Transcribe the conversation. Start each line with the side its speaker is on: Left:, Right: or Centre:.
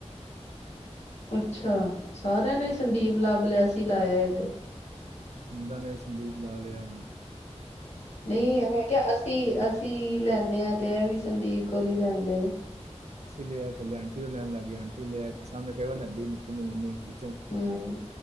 Left: ਅੱਛਾ। ਸਾਰਿਆਂ ਨੇ ਸੰਦੀਪ ਲੱਭ ਲਿਆ ਸੀ ਲਾਇਆ ਇਹ ਤੇ
Right: ਚੰਦਾ ਨੇ ਸੰਦੀਪ ਲਾ ਲਿਆ ਹੁਨ
Left: ਨਹੀਂ ਮੈਂ ਕਿਹਾ ਅਸੀਂ ਅਸੀਂ ਲੈਂਨੇ ਹਾਂ ਤੇ ਏਵੀ ਸੰਦੀਪ ਕੋਲ ਈ ਰੈਦੇਂ ਨੇ
Right: ਅਸੀ ਲਿਆ, ਥਲੇ ਆਂਟੀ ਔਰ ਲੈਣ ਲੱਗ ਗੇ। ਆਂਟੀ ਲਿਆ, ਸਾਹਮਣੇ ਕਈ ਵਾਰ ਲੈਂਦੀ ਐ ਨਿਤਿਨ ਦੀ ਮੰਮੀ <inaudible> ਇੱਕ ਵਾਰ
Left: ਹੂੰ,